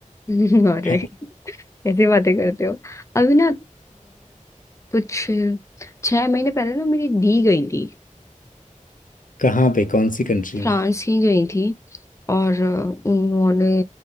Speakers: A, on the left (about 20°); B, on the left (about 85°).
A: <laughs> अरे
B: है
A: ऐसी बातें करते हो अभी ना अ, कुछ छह महीने पहले ना मेरी दी गई थी
B: कहाँ पे कौन सी कंट्री
A: फ्रांस
B: में
A: ही गई थी और अ, उन्होंने